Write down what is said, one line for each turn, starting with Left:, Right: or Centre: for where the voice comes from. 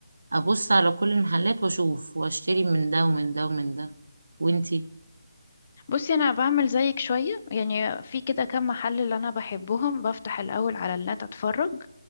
Right: ابص على كل المحلات واشوف واشتري من ده ومن ده ومن ده وانتي
Left: بصي انا بعمل زيك شويه يعني في كده كام محل اللي انا بحبهم بفتح الاول على النت اتفرج